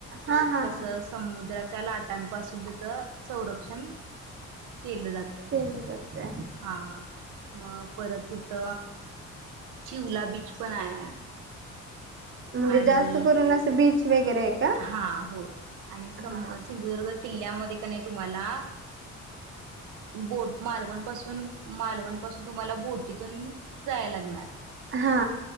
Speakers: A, on the right; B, on the right.
A: हा
B: म्हणजे
A: हा
B: कसं
A: हा
B: समुद्रा लाटांपासून त्याच संरक्षण केलं जात
A: केले जाते
B: हा मग परत तिथ चि उला बीच पण आहे
A: म्हणजे
B: आणि
A: जास्त करून असं बीच वगैरे आहे का
B: हा होय आणि स
A: हा
B: सिंधुदुर्ग किल्ल्यामध्ये तुम्हाला ब मालवण पा मालवण पाासून तुम्हाला बोटीतून जाय लागणार
A: हा हा